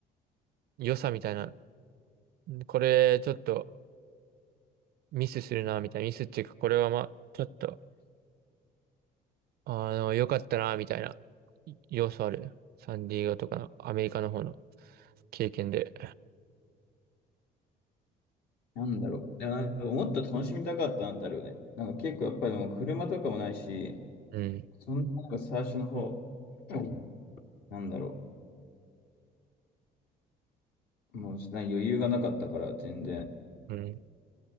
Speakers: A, on the right (about 65°); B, on the left (about 70°).
A: 良さみたいな、これちょっとミスするな、みたいな、ミスっていうか、これはまあ、ちょっと、あの、良かったな、みたいな要素ある。サンディエゴとかのアメリカの方の経験で。
B: なんだろう。いや、なんかもっと楽しみたかったなってあるよね。なんか結構やっぱりもう車とかもないし、
A: うん、
B: そんななんか最初の方、うんなんだろう。もうなんか余裕がなかったから全然。
A: うん。